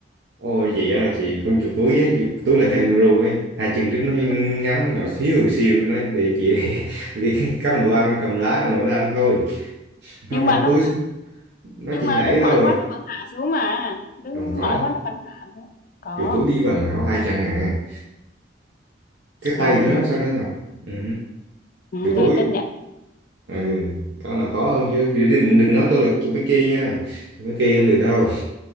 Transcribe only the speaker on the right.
ôi chị ơi chị con chục túi ấy chục túi là kangaroo ấy hai chân trước nó
ngắn nó nhỏ xíu xíu nó để chị <laughs> đi, đi cầm đồ ăn cầm lá cầm đồ nó ăn thôi nó
đâu
có
cúi xuống nó
chỉ
nhảy
thôi
không có
chiều tối đi bằng áo hai chân à cái
tay của
nó sao nó ngọc ừ.
chiều tối
ừ. con là khó hơn chứ đừng, đừng, đừng nói tôi là chú Mickey nha chú Mickey không được đâu